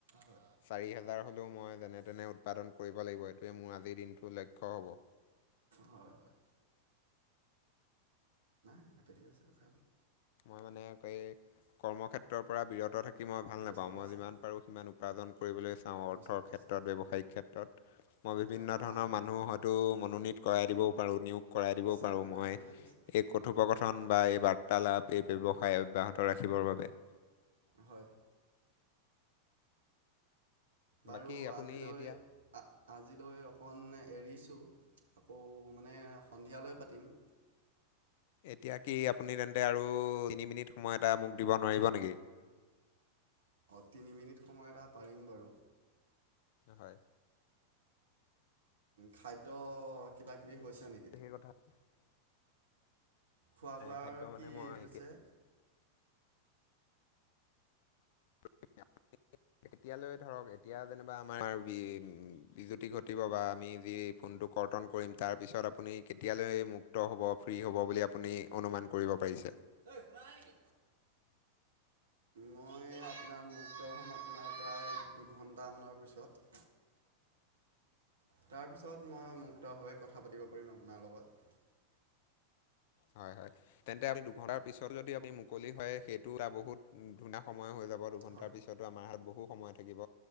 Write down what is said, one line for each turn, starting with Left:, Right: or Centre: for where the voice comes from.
Right: হয়
Left: চাৰি হেজাৰ হ'লেও মই যেনে তেনে উৎপাদন কৰিব লাগিব এইটোৱে মোৰ আজিৰ দিনটোৰ লক্ষ্য হ'ব।
Right: হয় হয় এনেপেৰি <unintelligible> আছোঁ খাব
Left: মই মানে ক এই কৰ্মক্ষেত্ৰৰ পৰা বিৰত থাকি মই ভাল
Right: দহ
Left: নাপাওঁ
Right: টকা
Left: মই
Right: আছিল
Left: যিমান পাৰো সিমান উপাৰ্জন কৰিবলৈ চাওঁ অৰ্থৰ
Right: দহ টকা
Left: ক্ষেত্ৰ
Right: আছিলে
Left: ত ব্যৱসায়িক ক্ষেত্ৰত মই বিভিন্ন
Right: কিয়
Left: ধৰণৰ
Right: মাহঁতক
Left: মানুহ হয়তো মনোনীত কৰাই দিবও পাৰোঁ নিয়োগ কৰাই দিবও
Right: চেণ্ডেল
Left: পাৰোঁ মই
Right: আনিবলৈ দিছে
Left: কথোপকথন বা এই বাৰ্তালাপ এই ব্যৱসায় অব্যাহত ৰাখিবৰ বাবে।
Right: হয় বাৰু
Left: বাকী আপুনি
Right: আজিলৈ
Left: এতিয়া
Right: আ আজিলৈ অকণ এৰিছোঁ আকৌ মানে সন্ধিয়ালৈ পাতিম
Left: এতিয়া কি আপুনি তেন্তে আৰু তিনি মিনিট সময় এটা মোক দিব নোৱাৰিব নেকি?
Right: অ, তিনি মিনিট সময় এটা পাৰিম বাৰু।
Left: হয়।
Right: খাদ্য কিবা কিবি হৈছে নেকি?
Left: সেই কথা আছিল। <unintelligible>
Right: খোৱা বোৱাৰ
Left: খাদ্য মানে
Right: কি
Left: মই
Right: হৈছে?
Left: <unintelligible> এতিয়ালৈ ধৰক এতিয়া যেনিবা আমাৰ বিজুতি ঘটিব বা আমি যি ফোনটো কৰ্তন কৰিম তাৰপিছত আপুনি কেতিয়ালৈ মুক্ত হ'ব ফ্ৰী হ'ব বুলি আপুনি অনুমান কৰিব পাৰিছে।
Right: ঐ শুনা নাই নেকি?
Left: <inaudible>
Right: মই আপোনাৰ মুক্ত হ'ম আপোনাৰ প্ৰায় দুঘণ্টামানৰ পিছত। তাৰপিছত মই মুক্তভাৱে কথা পাতিব পাৰিম আপোনাৰ লগত।
Left: হয়, হয়। তেন্তে আপুনি দুঘন্টাৰ পিছত যদি আপুনি মুকলি হয় সেইটো এটা বহুত ধুনিয়ী সময় হৈ যাব। দুঘণ্টাৰ
Right: হয়।
Left: পিছতো আমাৰ হাত বহু সময় থাকিব